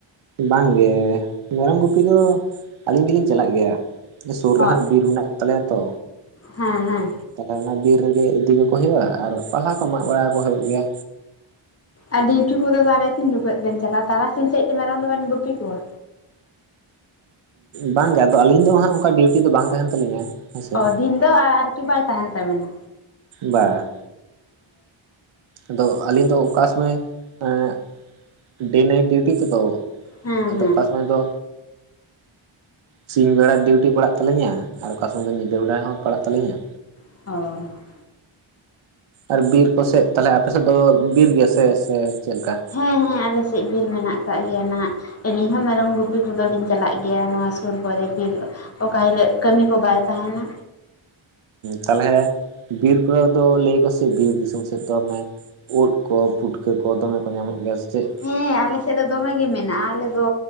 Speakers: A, on the right; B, on the left.
A: ᱵᱟᱝ ᱜᱮ ᱢᱮᱨᱚᱢ ᱜᱩᱯᱤ ᱫᱚ ᱟᱹᱞᱤᱧ ᱜᱮᱞᱤᱧ ᱪᱟᱞᱟᱜ ᱜᱮᱭᱟ᱾ ᱥᱩᱨ
B: ᱦᱚᱸ
A: ᱨᱮ ᱦᱟᱸᱜ ᱵᱤᱨ ᱢᱮᱱᱟᱜ ᱛᱟᱞᱮᱭᱟ ᱛᱚ᱾
B: ᱦᱮᱸ ᱦᱮᱸ
A: ᱛᱟᱦᱚᱞᱮ ᱚᱱᱟ ᱵᱤᱨ ᱨᱮᱜᱮ ᱤᱫᱤ ᱠᱟᱠᱚ ᱦᱩᱭᱩᱜ-ᱟ ᱟᱨ ᱯᱟᱞᱦᱟ ᱠᱚ ᱢᱟᱜ ᱵᱟᱲᱟᱠᱚ ᱦᱩᱭᱩᱜ ᱜᱮᱭᱟ᱾
B: ᱟᱨ ᱰᱤᱭᱩᱴᱤ ᱠᱚᱫᱚ ᱛᱟᱦᱚᱞᱮ ᱛᱤᱱ ᱡᱚᱠᱷᱚᱡ ᱵᱮᱱ ᱪᱟᱞᱟᱜ-ᱟ ᱛᱟᱨᱟᱥᱤᱧ ᱥᱮᱫ ᱛᱮ ᱢᱮᱨᱚᱢ ᱫᱚᱵᱮᱱ ᱜᱩᱯᱤ ᱠᱚᱣᱟ᱾
A: ᱵᱟᱝᱜᱮ ᱟᱫᱚ ᱟᱹᱞᱤᱧ ᱫᱚ ᱦᱟᱸᱜ ᱚᱱᱠᱟ ᱰᱤᱭᱩᱴᱤ ᱫᱚ ᱵᱟᱝ ᱛᱟᱦᱮᱱ ᱛᱟᱹᱞᱤᱧᱟ᱾ ᱦᱮᱸᱥᱮ
B: ᱚ ᱫᱤᱱ ᱫᱚ ᱟᱨᱠᱤ ᱵᱟᱭ ᱛᱟᱦᱮᱱ ᱛᱟᱵᱤᱱᱟ᱾
A: ᱵᱟᱝ ᱟᱫᱚ ᱟᱹᱞᱤᱧ ᱫᱚ ᱚᱠᱟ ᱥᱚᱢᱚᱭ ᱮᱸ ᱰᱮ ᱱᱟᱭᱤᱴ ᱰᱤᱭᱩᱴᱤ <inaudible>
B: ᱦᱮᱸ
A: ᱟᱫᱚ
B: ᱦᱮᱸ
A: ᱚᱠᱟ ᱥᱚᱢᱚᱭ ᱫᱚ ᱥᱤᱧ ᱵᱮᱲᱟ ᱰᱤᱭᱩᱴᱤ ᱯᱟᱲᱟᱜ ᱛᱟᱹᱞᱤᱧᱟ ᱟᱨ ᱚᱠᱟ ᱥᱚᱢᱚᱭ ᱫᱚ ᱧᱤᱫᱟᱹ ᱵᱮᱲᱟ ᱦᱚᱸ ᱯᱟᱲᱟᱜ ᱛᱟᱹᱞᱤᱧᱟ᱾
B: ᱚᱻ
A: ᱟᱨ ᱵᱤᱨ ᱠᱚᱥᱮᱫ ᱛᱟᱦᱚᱞᱮ ᱟᱯᱮ ᱥᱮᱫ ᱫᱚ ᱵᱤᱨ ᱜᱮᱭᱟ ᱥᱮ ᱥᱮ ᱪᱮᱫ ᱞᱮᱠᱟ?
B: ᱦᱮᱸ ᱦᱮᱸ ᱟᱞᱮ ᱥᱮᱫ ᱵᱤᱨ ᱢᱮᱱᱟᱜ ᱟᱠᱟᱜ ᱜᱮᱭᱟ ᱱᱟᱦᱟᱸᱜ᱾ ᱟᱹᱞᱤᱧ ᱦᱚᱸ ᱢᱮᱨᱚᱢ ᱜᱩᱯᱤ ᱠᱚᱫᱚᱞᱤᱧ ᱪᱟᱞᱟᱜ ᱜᱮᱭᱟ, ᱱᱚᱣᱟ ᱥᱩᱨ ᱠᱚᱨᱮ ᱵᱤᱨ ᱚᱠᱟ ᱦᱤᱞᱳᱜ ᱠᱟᱹᱢᱤ ᱠᱚ ᱵᱟᱭ ᱛᱟᱦᱮᱱᱟ᱾
A: ᱛᱟᱦᱞᱮ ᱵᱤᱨ ᱠᱚᱨᱮ ᱫᱚ ᱞᱟᱹᱭ ᱟᱠᱚ ᱥᱮ ᱵᱤᱨ ᱫᱤᱥᱚᱢ ᱥᱮᱫ ᱫᱚ ᱢᱟᱱᱮ ᱳᱫ ᱠᱚ ᱯᱩᱴᱠᱟᱹ ᱠᱚ ᱫᱚᱢᱮ ᱠᱚ ᱧᱟᱢᱚᱜ ᱜᱮᱭᱟ ᱥᱮ ᱪᱮᱫ?
B: ᱦᱮᱸ ᱟᱞᱮ ᱥᱮᱫ ᱫᱚ ᱫᱚᱢᱮᱜ ᱜᱮ ᱢᱮᱱᱟᱜ-ᱟ, ᱟᱞᱮ ᱫᱚ